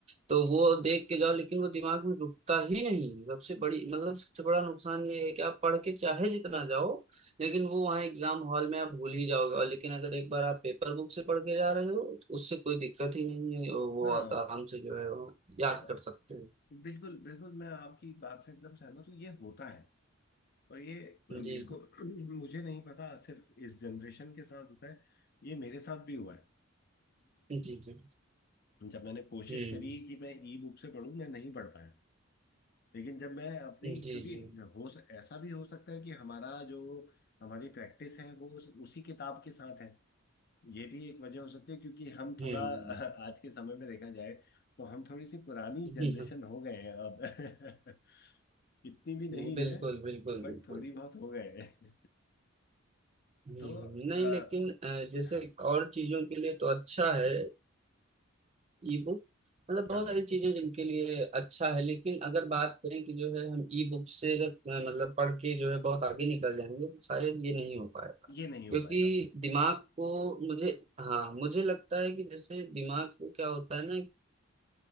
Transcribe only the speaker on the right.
तो वो देख के जाओ लेकिन वो दिमाग में रुकता ही नहीं सबसे बड़ी मतलब सबसे बड़ा नुकसान ये है कि आप पढ़ के चाहे जितना जाओ लेकिन वो वहाँ एग्जाम हॉल में आप भूल ही जाओगे और लेकिन अगर एक बार आप पेपर बुक से पढ़ के जा रहे हो तो उससे कोई दिक्कत ही नहीं है और वो
आप आराम से जो है वो याद
कर सकते हो
जी
जी जी जी
हम्म
जी
जी
हम्म
<laughs>
हम्म, बिल्कुल
बिल्कुल
बिल्कुल
हम्म
नहीं लेकिन अ, जैसे
और चीजों के लिए तो अच्छा है ई बुक मतलब बहुत
सारी चीजें जिनके लिए अच्छा है लेकिन अगर बात करें कि जो है हम ई बुक से अगर अ, मतलब पढ़ के जो है बहुत आगे निकल जाएंगे तो शायद ये नहीं हो पाएगा
क्योंकि
दिमाग को मुझे हाँ मुझे लगता है कि जैसे दिमाग को क्या होता है ना